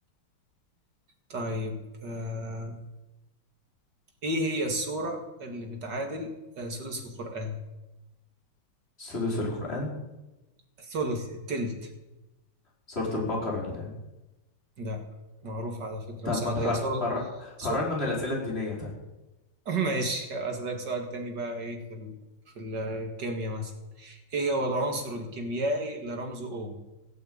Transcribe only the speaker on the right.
طيب آه، إيه هي السورة اللي بتعادل آه، سدس القرآن
الثلث التلت
لا معروفة على فكرة
وسهلة
هي سورة
سو...
<laughs> ماشي أسألك سؤال تاني بقى إيه في ال... في الكيمياء مثلا إيه هو العنصر الكيميائي اللي رمزه O